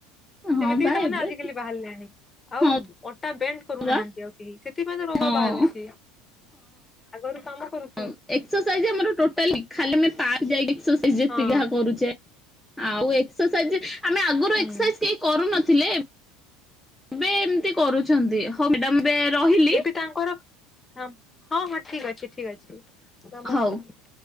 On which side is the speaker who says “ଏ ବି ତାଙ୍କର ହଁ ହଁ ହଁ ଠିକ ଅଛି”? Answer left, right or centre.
Left